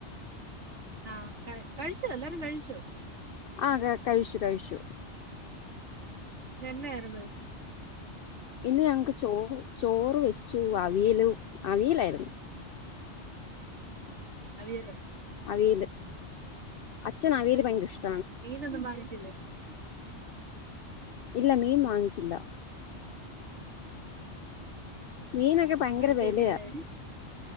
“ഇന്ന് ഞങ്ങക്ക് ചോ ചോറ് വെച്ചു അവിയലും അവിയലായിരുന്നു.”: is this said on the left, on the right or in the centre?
Left